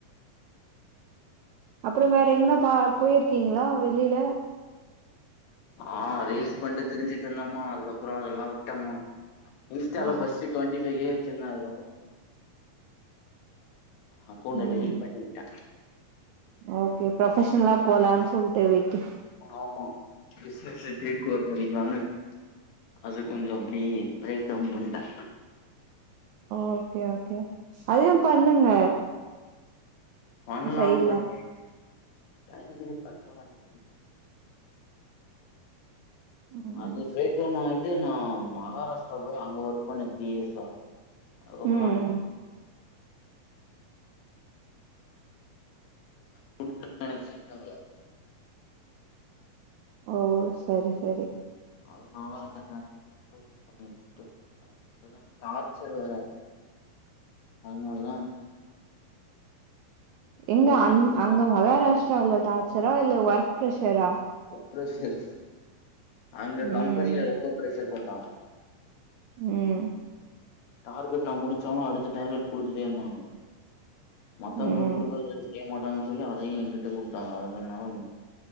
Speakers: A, on the right; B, on the left.
A: அப்புறோ வேற எங்கனா பா போயிருக்கீங்களா வெளில
B: ஆ ரீல்ஸ் பண்டு திரிஞ்சுட்டு இருந்தம்மா அதுக்கப்புற அதெல்லா விட்ட மா இன்ஸ்டால
A: ஆ
B: ஃபஸ்ட்டு டுவெண்டி ஃபைவ் கே வச்சிருந்த அதுக்கு அப்பறோ கொஞ்சோ அக்கௌண்ட
A: ம்
B: டெலிட் பண்ணி விட்ட
A: ஓகே ப்ரொபஷனலா போலான் சொல்ட்டு விட்
B: ஆமா பிசினஸ் அ டேட்கவர் பண்ணிக்கலானு அது கொஞ்ச அப்டி பிரேக் டவுன் பண்ணிட்டே
A: ஓகே ஓகே அதையு பண்ணுங்க
B: பண்லா
A: சைட்ல
B: பட் டைம்மே பத்தமாட்டேங்கி
A: ம்
B: அது பிரேக்டவு ஆயிட் ட்டு நா மகாராஷ்டிரா போய் அங்க ஒர்க் பண்ண த்ரீ இயர்ஸா அதுக்கப்பற
A: ம் ம்
B: அங்க ஃபுட்லா எனக்கு செட் ஆகல
A: ஓ சரி சரி
B: அதுனால <inaudible> டு வந்துட்ட அது இல்லாம டார்ச்சர் வேற அதனாலதா
A: எங்க
B: ஒர்க்
A: அங் அங்க மகாராஷ்டிராவுல டார்ச்சரா இல்ல ஒர்க் பிரெஷரா
B: ப்ரெஷர் அங்க கம்பெனில
A: ம்
B: ரொம்ப ப்ரெஷர் போட்டாங்க
A: ம்
B: டார்கெட் நா முடிச்சாலு அடுத்த டார்கெட் குடுத்துட்டே இருந்தாங்க மத்தவங்களுக்கு
A: ம்
B: குடுக்கற செய் மாட்டாங்கன் சொல்லி அதையு எங்கிட்ட குடுத்தாங்க அதனால